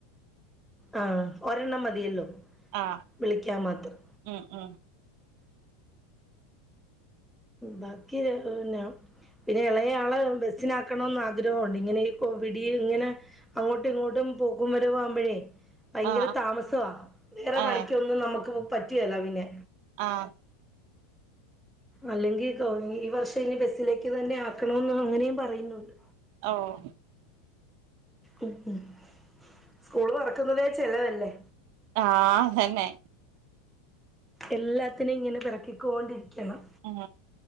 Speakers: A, in the centre; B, on the right.
A: ആഹ് ഒരെണ്ണം മതിയല്ലോ
B: ആഹ്
A: വിളിക്കാൻ മാത്രം.
B: ഉം ഉം
A: ബാക്കി പിന്ന പിന്നെ ഇളയയാളെ ബസ്സിനാക്കണന്ന് ആഗ്രഹമുണ്ട് ഇങ്ങനെ ഈ വിടിൽ ഇങ്ങനെ അങ്ങോട്ടും ഇങ്ങോട്ടും പോക്കും വരവും ആകുമ്പോഴേ ഭയങ്കര
B: ആ
A: താമസവാ വേറെ
B: ആ ഏ
A: പണിക്കൊന്നും നമുക്ക് പറ്റിയേല പിന്നെ
B: ആഹ്
A: അല്ലെങ്കി ഈ വർഷം ഇനി ബസിലേക്ക് തന്നെ ആക്കണന്ന് അങ്ങനെയും പറയുന്നുണ്ട്
B: ഓഹ്
A: ഉം ഉം സ്കൂള് തുറക്കുന്നതേ ചെലവല്ലേ
B: ആഹ് ഹന്നെ
A: എല്ലാത്തിനും ഇങ്ങനെ പിറക്കിക്കോണ്ടി ക്കണം
B: ഉം